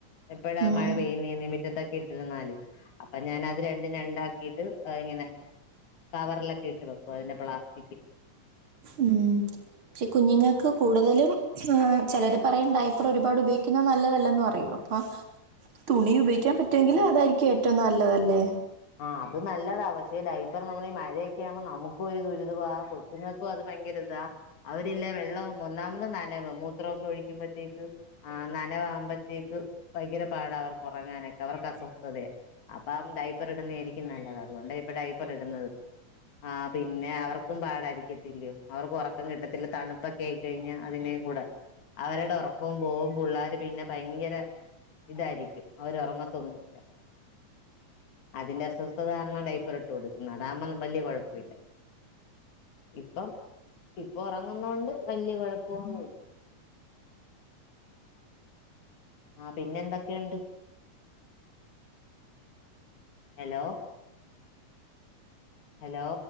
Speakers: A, on the left (about 60°); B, on the right (about 40°).
A: എപ്പഴാ
B: ഉം.
A: മഴ പെയ്യുന്നീ മുറ്റതൊക്കെ ഇട്ടിരുന്നാല് അപ്പൊ ഞാൻ അത് രണ്ടും രണ്ടാക്കിട്ട് ഇങ്ങനെ കവറിലൊക്കെ ഇട്ട് വെക്കും അതിന്റെ പ്ലാസ്റ്റിക്
B: ഉം പക്ഷെ കുഞ്ഞുങ്ങൾക്ക് കൂടുതലും ചിലർ പറയും ഡായപ്പർ ഒരുപാട് ഉപയോഗിക്കുന്ന നല്ലതല്ലന്ന് പറയും അപ്പൊ തുണി ഉപയോഗിക്കാൻ പറ്റുമെങ്കിൽ അതായിരിക്കും ഏറ്റവും നല്ലതല്ലേ
A: ആ അത നല്ലതാ പക്ഷെ ഡൈപ്പർ മ്മ മഴയൊക്കെ ആുമ്പോ നമുക്കും ദുരിതമാ കൊച്ചുങ്ങൾക്കും അത് ഭയങ്കരി ഇാ അവരില്ല വെള്ളം ഒന്നാമത് നനവ മൂത്രമ ഒക്കെ ഒഴിക്കുമ്പോത്തേക്ക് ആ നനവകുമ ത്തേക്ക് ഭയങ്കര പാട അവർക്ക് ഉറങ്ങാനൊക്കെ അവർക്ക് അസ്വസ്ഥതയ അപ്പ ൈപ്പർ ഇടുന്നത ആായിരിക്കും നല്ലത് അതുകൊണ്ട ഇപ്പൊ ഡൈപ്പർ ഇടുന്നത് ആ പിന്നെ അവർക്കും പാടായിരിക്കത്തില്ലോ അവർക്കും ഉറക്കം കിട്ടത്തില്ല തണുപ്പൊക്കെ ആയിക്ക കഴിഞ്ഞാ അതിനേയും കൂടെ അവരുടെ ഉറക്കവും പോം പിള്ളേർ പിന്നെ ഭയങ്കര ഇതായിരിക്കും അവര് ഉറങ്ങത്തൊന്നുല്ല അതിന്റെ അസ്വസ്ഥതാരണ ഡടൈപ്പ്റിൊട്ട് കൊടുക്കുന്നുഅതാമ്പോ വല്ിയ കുഴപ്പ ഇില്ല ഇപ്പം ഇപ്പൊ ഉറങ്ങുന്നൊണ്ട് വല്യ കുഴപ്പൊന്നുല്ല ആ പിന്നെ എന്തൊക്കെണ്ട് ഹലോ ഹലോ